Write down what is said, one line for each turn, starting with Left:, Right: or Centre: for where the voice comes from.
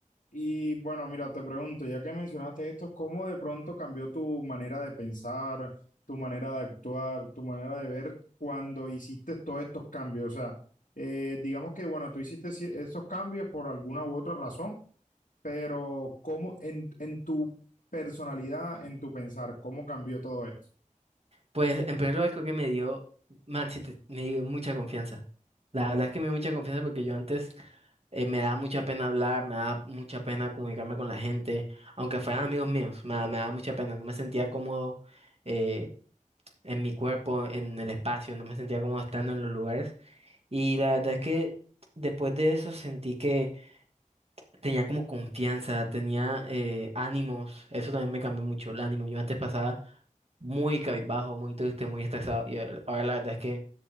Left: Y bueno, mira, te pregunto, ya que mencionaste esto, ¿cómo de pronto cambió tu manera de pensar, tu manera de actuar, tu manera de ver cuando hiciste todos estos cambios? O sea, eh, digamos que, bueno, tú hiciste ci- esos cambios por alguna u otra razón pero ¿cómo en, en tu personalidad, en tu pensar, cómo cambió todo esto?
Right: Pues en primer lugar creo que me dio, man, sí, te- me dio mucha confianza. La verdad es que me dio mucha confianza porque yo antes eh, me daba mucha pena hablar, me daba mucha pena comunicarme con la gente, aunque fueran amigos míos, me, da- me daba mucha pena, no me sentía cómodo eh, en mi cuerpo, en el espacio, no me sentía cómodo estando en los lugares. Y la verdad es que después de eso sentí que tenía como confianza, tenía eh, ánimos, eso también me cambió mucho el ánimo. Yo antes pasaba muy cabizbajo, muy triste, muy estresado y ahora ahora la verdad es que